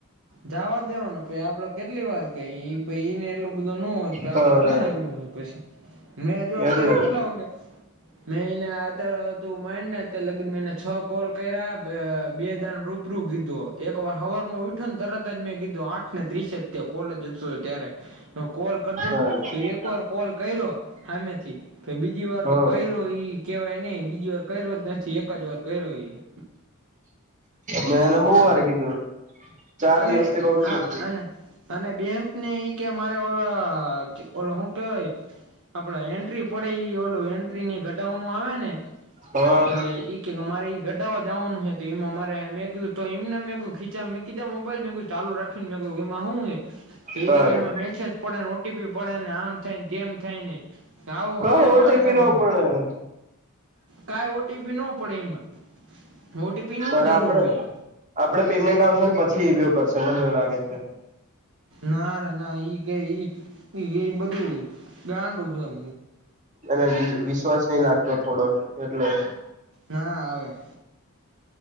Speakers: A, on the right (about 60°); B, on the right (about 35°).
A: જવા દેવાનો આપડે કેટલી વાર કેઈને એટલું. બધા ન હોત
B: તારે
A: આપડે ક્યાં એટલું પછી મેંજો અત્યારે
B: એટલે
A: કેટલા વાગે. મેં એને આત તું માયને લાગી મેને છ કોલ કર્યા. બે દાણ રૂબરૂું કીધું એક વાર હવર માં ઉઠો ને તરત જ મેં કીધું આઠ ને ત્રીસ- કોલ જ ત્યારે કોલ કરજે-
B: સારું
A: તો એક વાર કોલ કર્યો સામેથી પ બીજી વાર
B: હા
A: તો કર્યો- કેવાય નહી બીજી વાર કર્યો જ નથી એક જ વાર કર્યો એ-
B: મેન બો વારે કીધું ચાર
A: એટલે
B: દિવસથી કઉ છું
A: આ અને અને બે ને કે ઓ ઓલો હું કેવાય આપડે એન્ટ્રી પડે ઈ ઓલું એન્ટ્રીની ઘટાનું આવે ને
B: હા
A: એટલે કે મારે એ ઘટવા દાવાનું હ તો એમ અમારે મેં કીધું તો એમને મેં ખીચા કીધા મોબાઈલ મેં ચાલુ રાખીને મે એમાં હું તો
B: તારે
A: ક મેસે- પડેને ઓટીપી પડેને આમ થાયને તેમ થાય ને આવું
B: કઈ
A: આ
B: ઓટીપી
A: બાણ કાઢવા-
B: નો પણ
A: કઈ ઓટીપી ન પડે એમાં ઓટીપી- ની
B: સર
A: હું જરૂર
B: આપડે
A: હોય
B: આપડે પેમેન્ટ આવશે ને પછી ઈવીઓ કરશે મને એવ લાગે છે.
A: નાર ના ઈ કે બધું ગાંડ-
B: અને વિશ્વાસ નહ લાગતો થોડોક એટલે-
A: ના આવે-